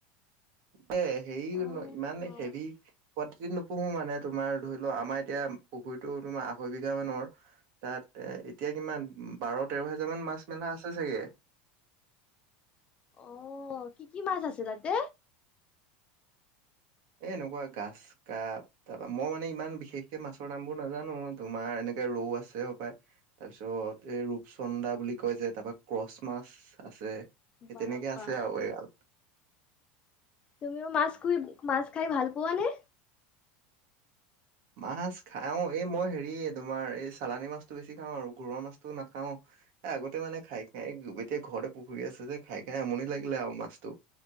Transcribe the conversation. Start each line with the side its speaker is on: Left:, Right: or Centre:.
Right: <unintelligible> হেৰি
Left: অ'
Right: ন ইমান
Left: অ'
Right: হেভি <unintelligible> নুপুহো মানে তোমাৰ ধৰি লও আমাৰ এতিয়া পুখুৰীটো তোমাৰ আঢ়ৈ বিঘা মানৰ তাত এ-এতিয়া কিমান বাৰ, তেৰ হেজাৰ মান মাছ মেলা আছে চাগে।
Left: অ', কি কি মাছ আছে তাতে?
Right: এ এনেকুৱা গাছ কাপ তাৰপৰা মই মানে ইমান বিশেষকে মাছৰ নামবোৰ নাজানো, তোমাৰ এনেকে ৰৌ আছে হপায়। তাৰপিছত এই ৰূপচন্দা বুলি কয় যে, তাৰপা ক্ৰচ মাছ আছে। সেই
Left: বাবা
Right: তেনেকে আছে আৰু এগাল।
Left: তুমিও মাছ খুই, মাছ খাই ভাল পোৱা নে?
Right: মাছ খাও, এই মই হেৰি তোমাৰ এই চালানী মাছটো বেছি খাওঁ আৰু ঘৰুৱা মাছটো নাখাও। এ আগতে মানে খাই খাই এতিয়া ঘৰতে পুখুৰী আছে যে খাই খাই আমনি লাগিলে আৰু মাছটো।